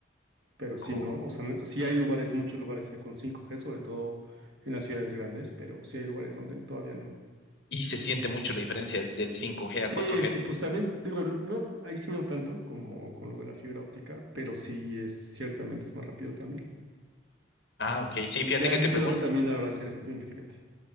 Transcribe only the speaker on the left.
Ah, ok.
Y se siente mucho la diferencia del del cinco g
a cuatro g
Ah, ok, sí, fíjate
que
te
pregunto.